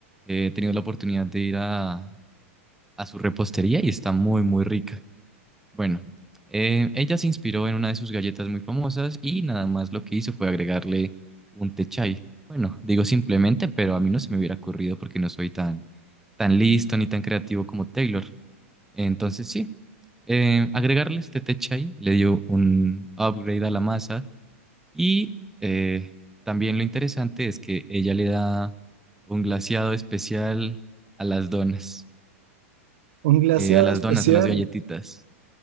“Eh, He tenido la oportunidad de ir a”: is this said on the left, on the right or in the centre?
Centre